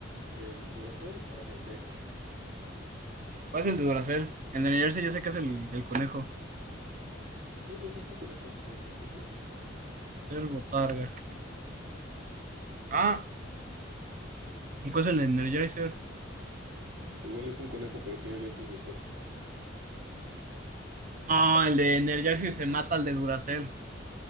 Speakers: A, on the right (about 85°); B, on the right (about 40°).
A: ¿El Duracell o Energizer?
B: ¿Cuál es el de Duracell? El de Energizer yo sé que es el, el conejo.
A: Sí, los dos son conejos, pero ahorita te-
B: Duracell, botarga. Ah, ¿cuál es el de Energizer?
A: Igual es un conejo, pero tiene lentes de sol.
B: Ah, el de Energizer se mata al de Duracell.